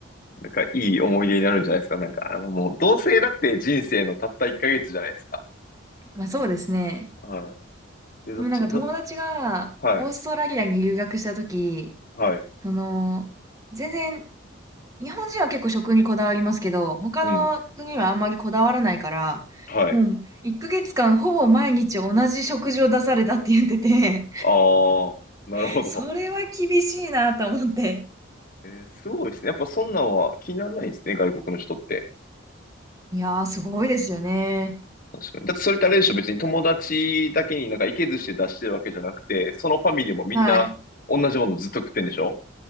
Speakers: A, on the left; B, on the right.
A: なんか、いい思い出になるんじゃないですか。なんか、あのもう、同性だって人生のたった1ヶ月じゃないですか。
B: まあそうですね。
A: はい。で、どっち、
B: でもなんか友達がオーストラリアに留学したとき、
A: ど、はい、はい、
B: その、全然、日本人は結構食にこだわりますけど、他の国はあんまりこだわらないから、
A: うん、はい。
B: もう1ヶ月間ほぼ毎日同じ食事を出されたって言ってて、
A: ああなるほど。
B: <laughs> それは厳しいなと思って。
A: えーすごいですね。やっぱそんなんは気にならないんですね、外国の人って。
B: いやー、すごいですよね。
A: 確かに。だってそれってあれでしょ、別に友達だけになんかいけずして出してるわけじゃなくて、そのファミリーもみんな同じものずっと食ってんでしょ
B: はい。